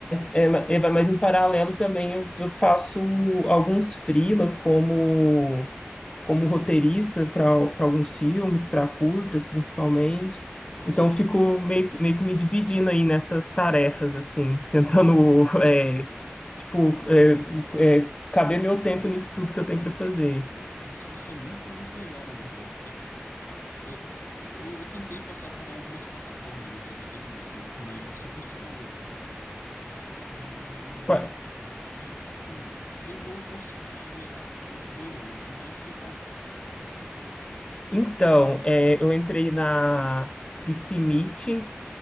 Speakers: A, on the left; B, on the left.
A: É, ma- é, vai- mas em paralelo também eu, eu faço alguns freelas como, como roteirista para alguns filmes, para curtas principalmente.
B: nossa,
A: Então eu fico meio, que- meio que me dividindo aí nessas tarefas, assim, tentando, <laughs> é, tipo, é, é, caber meu tempo nisso tudo que eu tenho para fazer.
B: nossa, isso, isso é muito, muito legal, na verdade. É, é, eu, eu tentei passar por algumas plataformas, assim, de atendimento, né? Eu também sou psicólogo. E,
A: Qua-
B: e, tipo, eu não consegui me adaptar muito bem, não. Em quais você tá?
A: Então, é, eu entrei na PCMeet,